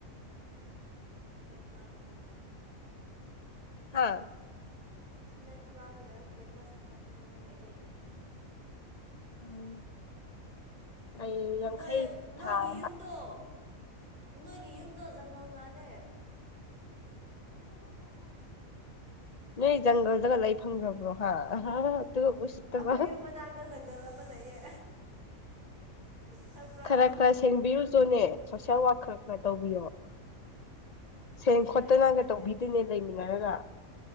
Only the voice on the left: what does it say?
ꯍꯥꯥ
ꯑꯨꯝ ꯑꯩ ꯌꯥꯡꯈꯩ
ꯊꯥꯣ
ꯅꯣꯏ ꯖꯪꯒꯜꯗꯒ ꯂꯩ ꯐꯪꯈ꯭ꯔꯕ꯭ꯔꯣ ꯍꯥ ꯑꯗꯨꯒ ꯎꯁꯤꯠꯇꯕ
ꯈꯔ ꯈꯔ ꯁꯦꯡꯕꯤꯌꯨꯁꯨꯅꯦ ꯁꯣꯁꯦꯜ ꯋꯥꯔꯛ ꯈꯔ ꯈꯔ ꯇꯧꯕꯤꯌꯣꯕ ꯁꯦꯡ
ꯈꯣꯠꯇꯅꯒ
ꯇꯧꯕꯤꯗꯣꯏꯅꯦ ꯂꯩꯃꯤꯟꯅꯔꯒ